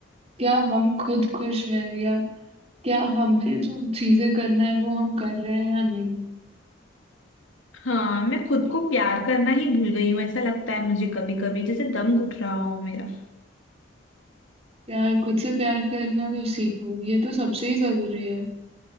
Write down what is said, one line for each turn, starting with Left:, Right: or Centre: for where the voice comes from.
Right: क्या हम खुद खुश हैं या क्या हमें जो चीजें करना है वो हम कर रहे हैं या नहीं
Left: हाँ मैं खुद को प्यार करना ही भूल गई हूँ ऐसा लगता है मुझे कभी कभी जैसे दम घुट रहा हो मेरा
Right: प्यार खुद से प्यार करना तो सीखो ये तो सबसे ही जरूरी है